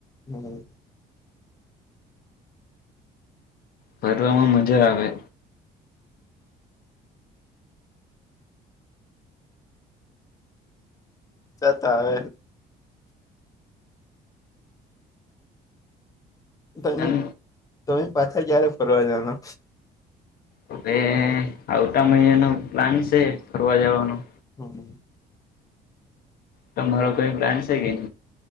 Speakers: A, on the left; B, on the left.
A: હમ
B: ફરવામાં મજા આવે.
A: જતા હ. તમે
B: એમ
A: તમે પાછા ક્યારે ફરવા જના.
B: હવે આવતા મહિના ન પ્લાન છે ફરવા જવાનું.
A: <inaudible>
B: તમારો કઈ બ્લાન્ડ છે કે ન.